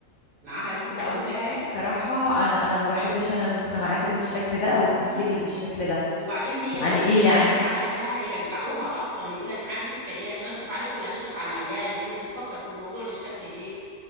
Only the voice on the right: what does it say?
معاها ست
اولاد
مم.
وبعدين هي لو
راحت
زعلانه
على اهلها هيرجعوها اصلا هيقولها انت معاكي ست عيال احنا هنصرف عليك ولا هنصرف على عيالك هيك بتفكر في الموضوع بالشكل ده